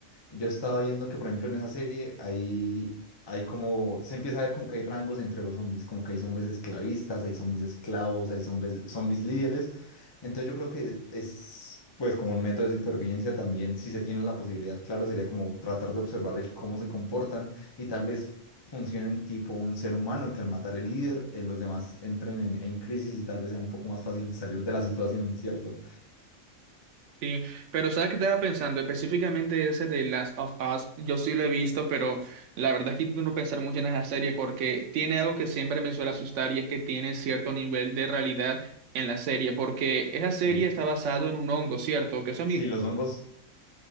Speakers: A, on the left; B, on the right.
A: yo estaba viendo que, por ejemplo, en esa serie hay, hay como, se empieza a ver como que hay rangos entre los zombies, como que hay zombies esclavistas, hay zombies esclavos, hay zombies, zombies líderes. Entonces yo creo que es pues como un método de supervivencia también, si se tiene la posibilidad, claro, sería como tratar de observar el cómo se comportan y tal vez funcionen tipo un ser humano, en que al matar el líder, eh, los demás entren en, en crisis y tal vez sea un poco más fácil salir de la situación, ¿cierto?
B: Sí, pero ¿sabes qué estaba pensando? Específicamente ese de Last of Us, yo sí lo he visto, pero la verdad es que intento no pensar mucho en esa serie porque tiene algo que siempre me suele asustar y es que tiene cierto nivel de realidad en la serie, porque esa serie
A: Sí.
B: está basado en un hongo, ¿cierto? Que es el
A: Sí, los hongos